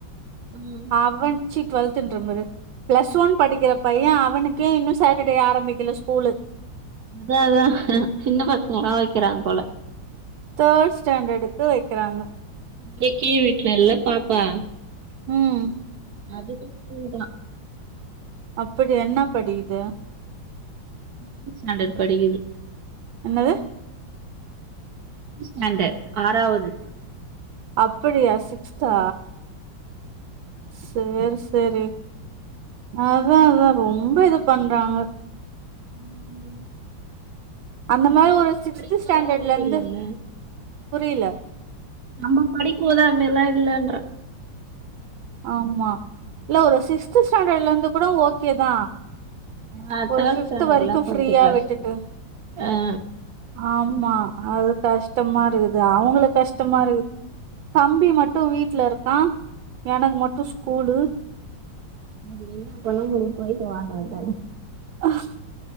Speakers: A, on the right; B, on the right.
A: ம்
B: அவன் ச்சி டுவெல்துன்றம் பாரு பிளஸ் ஒன் படிக்கிற பைய அவனுக்கே இன்னு சேட்டடே ஆரம்பிக்கல ஸ்கூல்லு
A: அதாதா ஹ சின்ன பசங்கல்லா வெக்கிறாங்க போல
B: தேர்ட் ஸ்டேண்டடுக்கு வெக்கிறாங்க
A: ஏக் கீ <unintelligible> செல்லப் பாப்பா
B: ம்
A: அதுக்கும் பூதா
B: அப்படி என்ன படிக்குது
A: உக்ம் சிக்ஸ்துஸ்டேன்டடு படி
B: என்னது
A: ஸ்டேண்டர்டு ஆறாவது
B: அப்படியா ஸ் சிக்ஸ்த்தா
A: ஆ
B: சேரி சேரி அதாதா ரொம்ப இது பண்றாங்க
A: ம்
B: அந்த மாதிரி
A: நம்ம
B: ஒரு சிக்ஸ்த்
A: படிக்கும்போதெல்லா
B: ஸ்டேண்டர்டுலிருந்து
A: இது மாரில்லல்ல
B: புரில
A: நம்ம படிக்கும்போது அது மெரில்லா இல்லன்ற
B: ஆமா இல்லோ ஒரு சிக்ஸ்த்து ஸ்டேண்டர்டுலிருந்து கூட ஓகேதா
A: ஆ
B: ஒரு
A: தேர்ட்
B: பிப்த்
A: ஸ்டாண்டர்ட்லா
B: வரைக்கு
A: கொஞ்சோ
B: ஃப்ரீயா
A: கஷ்டோ
B: விட்டுட்டு
A: ஆ
B: ஆமா அது கஷ் கஸ்டமா இருக்குது அ அவங்களுக்கு கஷ்டமா இருக்குது தம்பி மட்டு வீட்ல இருக்கா எனக்கு மட்டு ஸ்கூலு
A: அதேதா கொல்லங்கோடு போய்ட்டு வாங்க எல்லாரு.
B: ஆஹ்